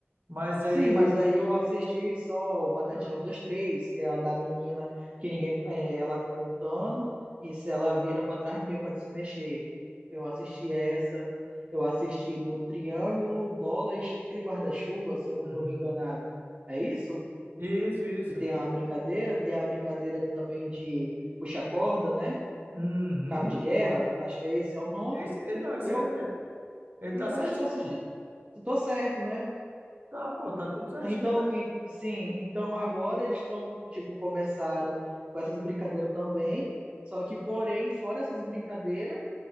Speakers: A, on the right; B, on the right.
A: Mas aí...
B: Sim, mas aí eu assisti só o Batatinha
A: Uhum.
B: 1, 2, 3, que é a da menina que ninguém, é, ela contando, e se ela vira pra trás, ninguém pode se mexer. Eu assisti essa. Eu assisti do Triângulo, Bola, Estrela e Guarda-Chuva, se eu não
A: Uhum.
B: tô me enganado. É isso?
A: Isso, isso.
B: E tem a brincadeira, tem a brincadeira de- também de puxa corda, né?
A: Uhum.
B: Cabo de guerra, acho que é esse é o nome.
A: Esse, é, não, esse
B: Eu
A: aí é mesmo. Ele
B: e
A: tá
B: eu
A: certinho,
B: acho que eu assisti,
A: pô.
B: tô certo, né?
A: Tá, pô, tá tudo certinho
B: Então,
A: mesmo.
B: em- sim, então agora eles estão, tipo, começaram com essas brincadeiras também, só que porém, fora essas brincadeiras,